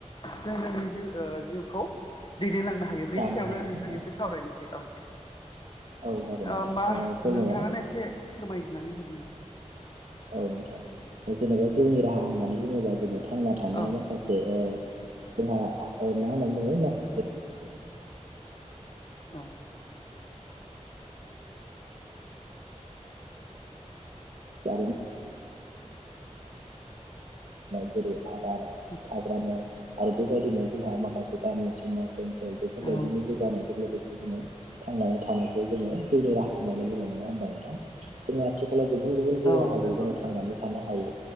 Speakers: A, on the left; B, on the right.
A: जोंनि जिउखौ दैदेनलांनो ह हायो बेनि
B: दानो
A: सायावनो
B: हायोना
A: नोंथां एसे सावरायनोसै औ
B: औ जागोन
A: होमबा
B: नोंथां ओ जेनेबा
A: नोंथांङानो एसे फोरमायनानै होदो दे
B: औ नोंथां जेन'बा जउनि राहा
A: औ
B: होननानै बुंङोबा जोंङो थांना थानायाव
A: औ
B: मा खासे जोंहा मा होननानै बुंङो माखासे
A: औ।
B: <unintelligible> <unintelligible> <unintelligible> जेरै आधार
A: <unintelligible>
B: हाग्रामा आरो बेबायदिनो जोंहा मा- खासे गामि समाज ओनसोल बेफोरबायदिनो
A: औ
B: जौगानायजों लोगोसे जोंङो थांनानै थानायखौ जोंङो जिउनि राहा होननानै बुंङो नंङा होमबा नोंथां जोंङो आथिखालाव गुबुन गुबुन जिउ
A: औ
B: राहाजों
A: नंगौ
B: जोंङो थांनानै थानो हायो